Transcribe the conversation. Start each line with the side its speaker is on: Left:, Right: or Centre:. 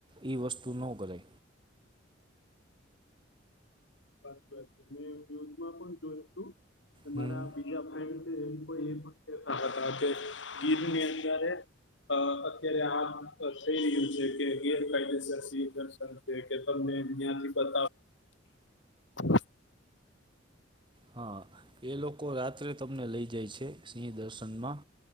Right: એ વસ્તુ ન કરાય
Left: <unintelligible>
Right: હમ
Left: <unintelligible> અ અત્યારે આ થઈ રહ્યું છે કે ગેરકાયદેસર સ દર્શન કે તમને <unintelligible> છે <inaudible>
Right: હા એ લોકો રાત્રે તમને લઈ જાય છે સિંહ દર્શનમાં